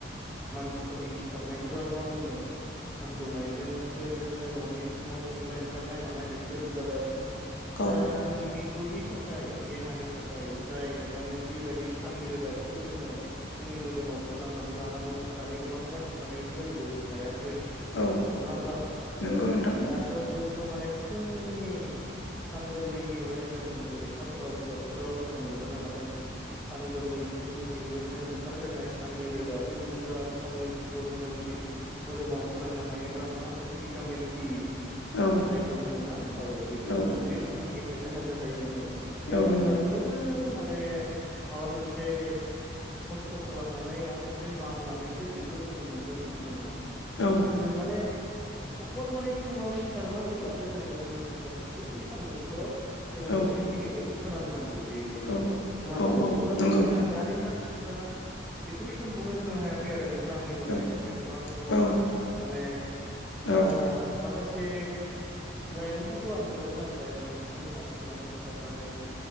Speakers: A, in the centre; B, on the left.
A: मानसिफोरनि सिखारनायखौथ' आरो मा बुंनो सानजौनायजोंसो बेबायदिनो न'नि सि न' सिंनिफ्राय ओंखारनाय मानाय बेफोरबायदि जाबाय
B: औ
A: दा जोंनि बि गुरनि थाखाय देहानि थाखाय जाय माने जिबायदि साननि रोदाफोरखौ जोङो जों नि मोदोमाव फोननानै लानांगौमोन दानि गोबां मानसिफ्रानो बेफोरबायदिखौ हाया। खै
B: औ
A: नङा होमबा
B: नंगौ
A: औ
B: नोंथां
A: दाथ' जोंथ' माने फुंनि सान गोरलैनि माने जों लेखाफोराव बिजाबफोराव जोङो मोनबोनो हादों सान गोरलै जों बेबायदिनो ओंखारफैनाय साननि रोदा बे गोजा साननिखौ जोङो बिदि मोदोमाव फोनांनो हायोबा मा होनदों भिटामिन दि
B: औ
A: जायखौ होनोना औ बेफोरखौ
B: औ
A: जों बे साननिफ्रायनो मोननो हायो नोंथां। बेयाव
B: औ
A: जोंहा
B: नंगौ
A: जेबो माने माबा मोनसे खस्थ' खालामनानै माबा मोनसे मावनानैसो बेखौ जोङो मोनगोन बिदि नङा।
B: औ
A: जों माने अखल माने फुङाव सिखारनांगौ आरो जोङो जोंनि फोरखौ बे सानदुंफोराव जोङो
B: औ
A: दसेखिनिखौ फोनांनांगौ बेल'सो
B: औ
A: नङा होमबा
B: औ औ
A: अब्लाबो
B: नंगौ
A: माने ना दानि मानसिफ्रा बेफोर समखौनो होनो हाया खै आरो नोंथां आंनि नुनायाव
B: औ
A: माने गोबां दङ
B: औ
A: माने
B: औ
A: ओ माखासे से लाइमोनफोरखौ आं नुदों नाथाय माने बिथांमोना फुङावनो सिखारनानै